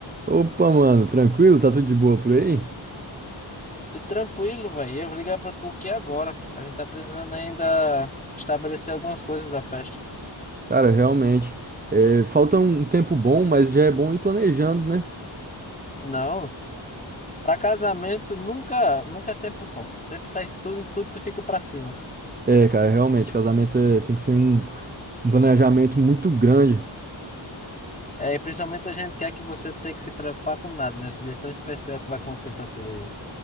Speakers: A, on the right; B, on the left.
A: Opa, mano, tranquilo? Tá tudo de boa por aí?
B: Eu Tranquilo, velho. Eu vou ligar pra tu aqui agora. A gente tá precisando ainda estabelecer algumas coisas da festa.
A: Cara, realmente. é, falta um tempo bom, mas já é bom ir planejando, né?
B: Não, pra casamento nunca, nunca é tempo bom. Sempre tá em tudo, em tudo tu fica pra cima.
A: É, cara, realmente, casamento é- tem que ser um, um planejamento muito grande.
B: É, e principalmente a gente quer que você não tenha que se preocupar com nada, né? Esse dia tão especial que vai acontecer pra tu aí.